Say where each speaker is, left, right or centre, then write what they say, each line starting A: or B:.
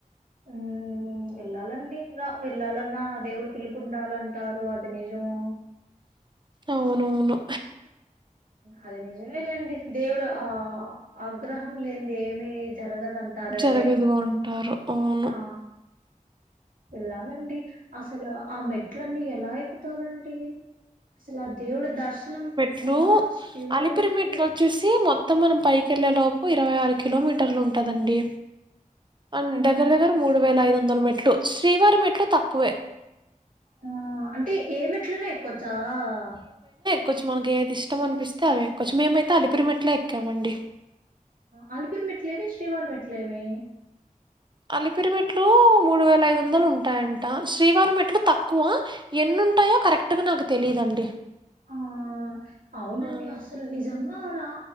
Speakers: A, on the right; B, on the right.
A: హ్మ్ వెళ్ళాలండి రా వెళ్ళాలన్నా దేవుడు పిలుపు ఉండాలంటారు అది నిజమో.
B: అవునవును
A: అది నిజమెలెండి దేవుడు ఆ ఆగ్రహం లేంది ఏమి జ్ జరగదంటారె
B: జరగదు
A: అదే
B: అంటారు. అవును.
A: ఆ ఎలానండి అసలు ఆ మెట్లన్నీ ఎలా ఎక్ తోరండి అసలు దేవుడ దర్శనం
B: ట్లు
A: శ్రీవారి
B: అలిపిరి
A: మెట్లు
B: మెట్లోచేసి మొత్తం మనం పైకెళ్ళేలోపు ఇరవై ఆరు కిలోమీటర్లు ఉంటదండి అన్
A: ఉమ్,
B: దగర దగర్ మూడు వేల ఐద్ వన్ వందరు మెట్లు శ్రీవారి మెట్లు తక్కువే
A: ఆ అంటే ఏమిట్లనే ఎక్కువచ్ చా చ
B: కొచ్చు మనకి ఏది ఇష్టం అనిపిస్తే అవి ఎక్కొచు మేమైతే అలిపిరిమెట్ల ఎక్కామండి
A: అలిపిరు మెట్లేవి శ్రీవార్ మెట్లేవి.
B: అలిపిరి మెట్లు మూడు వేల ఐదు వందలు ఉంటాయంట శ్రీవారి మెట్లు తక్కువ ఎన్నుంటాయో కరెక్ట్గా నాకు తెలీదండి.
A: ఆ అవునండి
B: ఆ
A: అసలు నిజంగా అలా